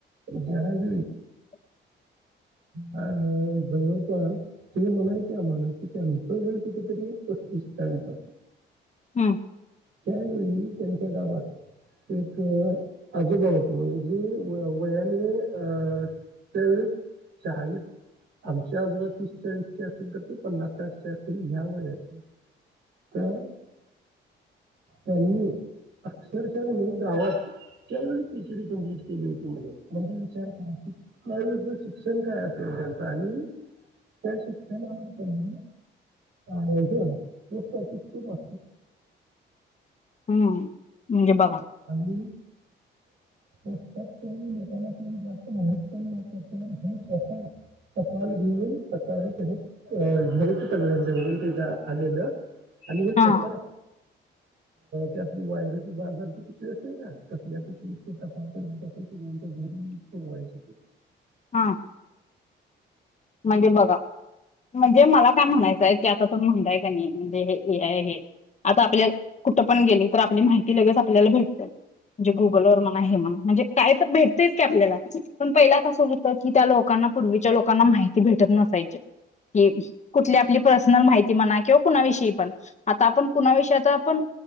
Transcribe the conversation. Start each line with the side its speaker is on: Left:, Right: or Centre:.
Right: दहाज
Left: <unintelligible>
Right: अ जवळपास ते म्हणायती मलाती त्यांनुस वेळ कुठेतरी कस दिसत
Left: हम्म
Right: त्यावेेळी त्यांच्या गावात एक आजोबाबा त म्हणजे जी वयाने अ ते वी आमच्या आजबा तीस चाळीस असेल तर ते पन्नास साठश असेल ह्या वाचे ह नाही अक्षरशः मी गावात का वेळीस पीचडी कंप्लीट केली होती म्ह म्हणजे विचार करा शिक्षण काय असेल त्यांचं आणि त्या शिक जाणारहि हज म झा हो
Left: हम्म म्हणजे बघ
Right: हांज स्त लोकांना जास्त मह प हे स्वतः सपाल घेऊन सकाळी त्याने अ घ्यायच सगळ्यांच्यावरून तेच्या आलेलं आणि हे स्वतः
Left: हा
Right: ते आपली वायरचे बाजारची वा
Left: हा म्हणजे बघा म्हणजे मला काय म्हणायचंय की आता तुून म्हणताय का नाही म्हणजे हेय हे आता आपल्या कुठं पण गेली तर आपली माहिती लगेच आपल्याला भेट म्हणजे गुगल वर मण आहे म्ह म्हणजे काय तर भेटतेयच क आपल्याला पण पहिला कसं होतं की त्या लोकांना पूर्वीच्या लोकांना माहिती भेटत नसायची कि कुठली आपली प्र मा म्हणा किंवा कुणाविषयी पण आता आपण कुणाविषयी आपण